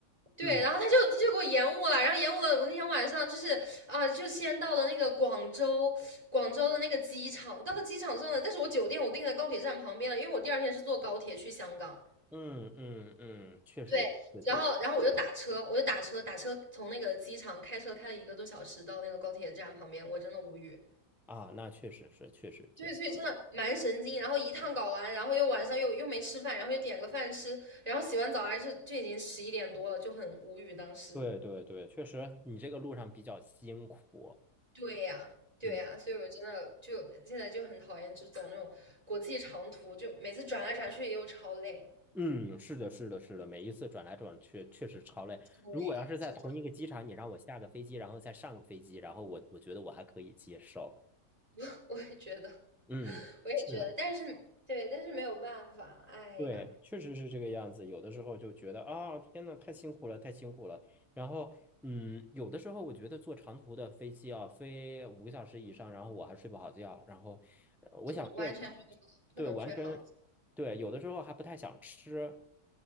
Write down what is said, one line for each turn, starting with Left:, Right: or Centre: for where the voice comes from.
Right: 对，
Centre: 嗯
Right: 然后他就他就给我延误了，然后延误了。我那天晚上就是啊、呃就先到了那个广州广州的那个机场。到了机场之后呢，但是我酒店我订在高铁站旁边了，因为我第二天是坐高铁去香港。
Centre: 嗯嗯嗯，确实确实
Right: 对，然后然后我就打车，我就打车，打车从那个机场开车开了一个多小时到那个高铁站旁边，我真的无语。
Centre: 啊，那确实是确实是，
Right: 对，所以真的蛮神经。然后一趟搞完，然后又晚上又又没吃饭，然后又点个饭吃，然后洗完澡还是就已经十一点多了，就很无语当时。
Centre: 对对对，确实你这个路上比较辛苦，
Right: 对呀，对呀，
Centre: 嗯
Right: 所以我真的就现在就很讨厌，就走那种国际长途，就每次转来转去也又超累。
Centre: 嗯，是的是的是的，每一次转来转去确实超累。
Right: 对，
Centre: 如果要是在同一个机场，
Right: 真
Centre: 你让我下个飞机，然后再上个飞机，然后我我觉得我还可以接受，
Right: 的，<laughs> 我也觉得，
Centre: 嗯。
Right: 我也觉得，
Centre: 是。
Right: 但是对，但是没有办法，哎呀，
Centre: 对，确实是这个样子。有的时候就觉得啊，天呐，太辛苦了，太辛苦了。然后，嗯，有的时候我觉得坐长途的飞机啊，飞五个小时以上，然后我还睡不好觉，然后呃我想睡会，
Right: 就是完全是不可能睡好。
Centre: 对，完全对。有的时候还不太想吃，